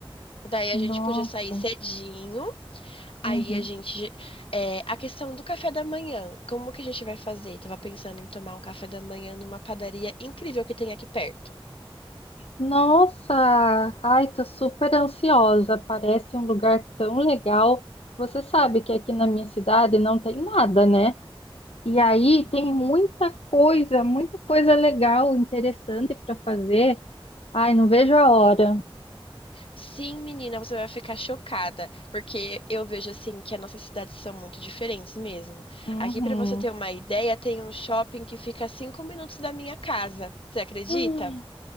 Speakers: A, on the left (about 65°); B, on the left (about 85°).
A: Daí a
B: Nossa.
A: gente podia sair cedinho Aí
B: Uhum.
A: a gente. é, a questão do café da manhã. Como que a gente vai fazer? Tava pensando em tomar um café da manhã numa padaria incrível que tem aqui perto.
B: Nossa, ai, tô super ansiosa. Parece um lugar tão legal. Você sabe que aqui na minha cidade não tem nada, né? E aí tem muita coisa, muita coisa legal, interessante para fazer. Ai, não vejo a hora.
A: Sim, menina, você vai ficar chocada, porque eu vejo assim que as nossas cidades são muito diferentes mesmo.
B: Uhum.
A: Aqui, pra você ter uma ideia, tem um shopping que fica a cinco minutos da minha casa. Você acredita?
B: <gasps>